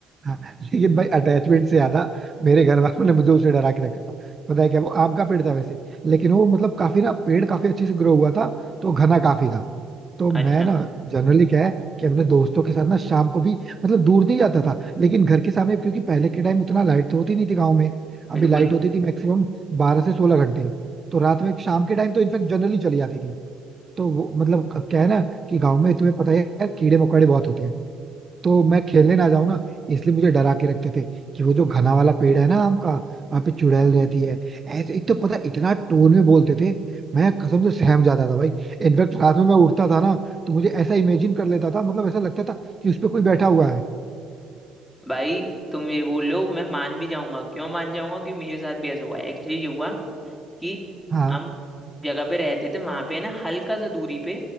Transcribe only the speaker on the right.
हाँ लेकिन भाई अटैचमेंट से ज्यादा मेरे घर वालों ने मुझे उसे डरा के रखा था पता है क्या वो आम का पेड़ था वैसे लेकिन वो मतलब काफी ना पेड़ काफी अच्छे से ग्रो हुआ था तो घना काफी था तो
मैं ना जनरली क्या है कि अपने दोस्तों के साथ ना शाम को भी मतलब दूर नहीं जाता था लेकिन घर के सामने क्योंकि पहले के टाइम उतना लाइट तो होती नहीं थी गाँव में
अभी लाइट होती थी मैक्सिमम बारह से सोलह घंटे तो रात में शाम के टाइम तो इनफेक्ट जनरली चली जाती थी तो वो मतलब क्या है ना कि गाँव में तुम्हें पता ही है यार कीड़े मकोड़े बहुत होते हैं तो मैं खेलने ना जाऊं ना इसलिए मुझे डरा के रखते थे कि वो जो घना वाला पेड़ है ना आम का वहाँ पे चुड़ैल रहती है ऐसे एक तो पता है, इतना टोन में बोलते थे मैं कसम से सहम जाता था भाई इनफैक्ट रात में मैं उठता था ना तो मुझे ऐसा इमेजिन कर लेता था मतलब ऐसा लगता था कि उस पे कोई बैठा हुआ है
हाँ